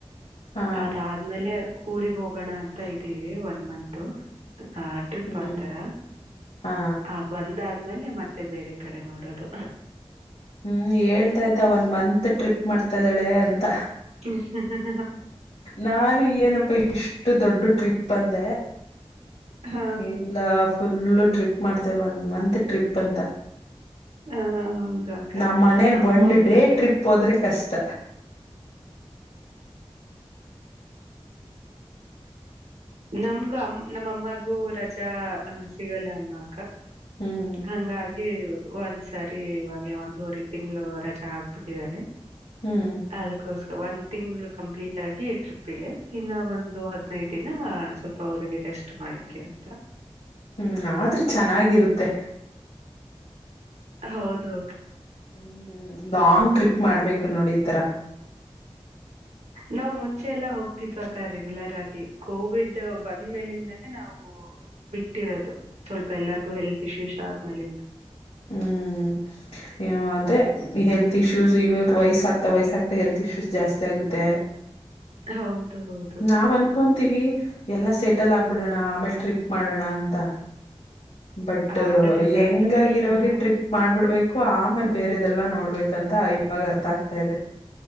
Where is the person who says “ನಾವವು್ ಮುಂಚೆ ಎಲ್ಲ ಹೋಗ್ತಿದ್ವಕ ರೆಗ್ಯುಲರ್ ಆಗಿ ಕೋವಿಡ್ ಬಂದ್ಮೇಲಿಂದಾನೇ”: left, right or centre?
Right